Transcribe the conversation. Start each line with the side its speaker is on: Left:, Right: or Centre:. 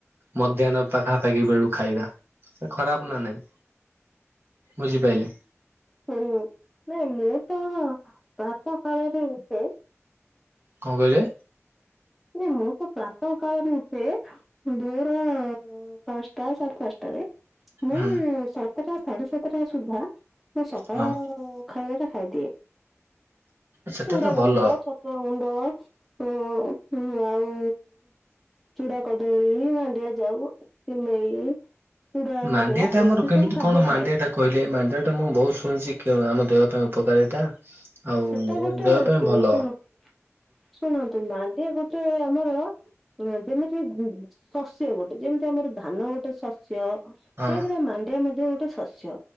Right: ମଧ୍ୟାହ୍ନ ପାଖା ପାାଖି ବେଳକୁ ଖାଇବା ଖରାପ ନା ନାଇଁ ବୁଝିପାଇଲେ।
Centre: ହୁଁ ନାଇଁ ମୁଁ ତ ପ୍ରାତ କାଳରେ ଉଠେ।
Right: କଣ କହିଲେ?
Centre: ମୁଁ ତ ପ୍ରାତଃ କାଳରେ ଉଠେ ଭୋର ପାଞ୍ଚଟା ସାଢେ ପାଞ୍ଚଟାରେ ମୁଁ
Right: ହୁଁ
Centre: ସାତଟା ସାଢେ ସାତଟା ସୁଦ୍ଧା ମୁଁ ସକାଳ
Right: ହଁ
Centre: ଖାଇବାଟ ଖାଇଦିଏ।
Right: ସେଟା
Centre: ଚୁଡା
Right: ତ ଭଲ
Centre: ଗୁଣ୍ଡ ଛତୁଆ ଗୁଣ୍ଡ। ହଁ। ହଁ ଆଉ ଚୁଡା କଦଳୀ ମାଡିଆଁ ଯାଉ ସିମେଇ ଚୁଡା ସନ୍ତୁଳା
Right: ମାଣ୍ଡିଆ ଟା ଆମର
Centre: ଏମିତି
Right: କେମିତି
Centre: ସବୁ ଖାଦ୍ୟ
Right: କଣ ମାଣ୍ଡିଆ
Centre: ଥାଏ
Right: ଟା କହିଲେ ମାଣ୍ଡିଆ ଟା ମୁଁ ବୋହୁତ ଶୁଣିଚି ଆମ ଦେହ ପାଇଁ ଉପକାରିତା ଆଉ
Centre: ସେଟା ଗୋଟେ
Right: ଦେହ ପାଇଁ
Centre: କୋଉ
Right: ଭଲ
Centre: ଶୁଣ ଶୁଣନ୍ତୁ ମାଣ୍ଡିଆ ଗୋ ଟେ ଆମର ଯେମିତି ଶସ୍ୟ ଗୋଟେ ଯେମିତି ଆମର ଧାନ ଗୋଟେ ଶସ୍ୟ।
Right: ହଁ
Centre: ସେଇଭଳିଆ ମାଣ୍ଡିଆ ମଧ୍ୟ ଗୋଟେ ଶସ୍ୟ।